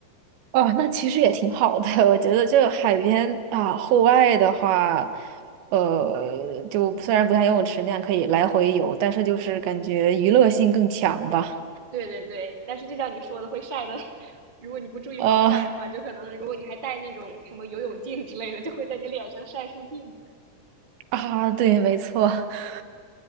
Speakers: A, on the right (about 85°); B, on the right (about 25°).
A: 哦，那其实也挺好的。<laughs> 我觉得就海边啊，户外的话，呃，就虽然不像游泳池那样可以来回游，但是就是感觉娱乐性更强吧。
B: 对对对，但是就像你说的，会晒的，<laughs> 如果你不注意防晒的话，
A: 呃
B: 就可能如果你还戴那种什么游泳镜之类的，就会在你脸上晒出印子。
A: 啊，对，没错。<laughs>